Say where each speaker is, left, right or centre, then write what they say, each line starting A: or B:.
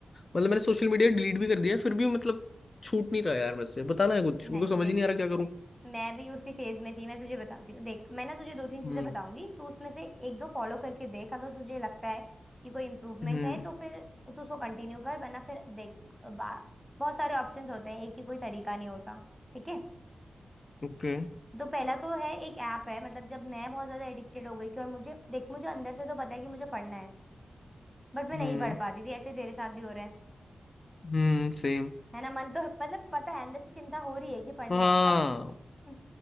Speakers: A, on the left; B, in the centre.
A: मतलब मैंने सोशल मीडिया डिलीट भी कर दिया फिर भी मतलब छूट नहीं रहा यार मेरे से बताना है कुछ मेरे
B: नहीं
A: को समझ
B: देख
A: ही नहीं आ रहा क्या करूं
B: मैं भी उसी फेज में थी मैं तुझे बताती हूँ देख मैं ना तुझे दो तीन चीजें
A: हम्म
B: बताऊंगी तू उसमें से एक दो फॉलो करके देख अगर तुझे लगता है कि कोई इम्प्रूवमेंट
A: हम्म
B: है तो फिर तू उसको कंटिन्यू कर वरना फिर देख बा, बहुत सारे ऑप्शंस होते हैं एक ही कोई तरीका नहीं होता ठीक है
A: ओके
B: तो पहला तो है एक ऐप है मतलब जब मैं बहुत ज्यादा एडिक्टेड हो गई थी और मुझे देख मुझे अंदर से तो पता है कि मुझे पढ़ना है बट मैं
A: हम्म
B: नहीं पढ़ पाती थी ऐसे तेरे साथ भी हो रहा है
A: हम्म सेम
B: है ना मन तो मतलब पता है अंदर से चिंता हो रही है कि पढ़ना
A: हाँ
B: है पर <laughs>